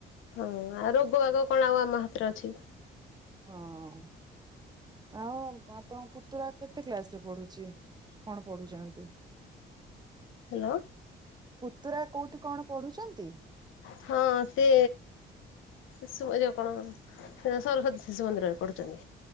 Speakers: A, on the left (about 85°); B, on the right (about 20°).
A: ହଁ, ଆଉ ରୋଗ ବାଗ କଣ ଆଉ ଆମ ହାତରେ ଅଛି।
B: ହଁ। ଆଉ ଆପଣଙ୍କ ପୁତୁରା କେତେ କ୍ଲାସରେ ପଢୁଛି, କଣ ପଢୁଛନ୍ତି?
A: ହାଲୋ।
B: ପୁତୁରା କଉଠି କଣ ପଢୁଛନ୍ତି?
A: ହଁ, ସେ ଶିଶୁ ଏ ଯଉ କଣ ସେ ସରସ୍ଵତୀ ଶିଶୁ ମନ୍ଦିରରେ ପଢୁଛନ୍ତି।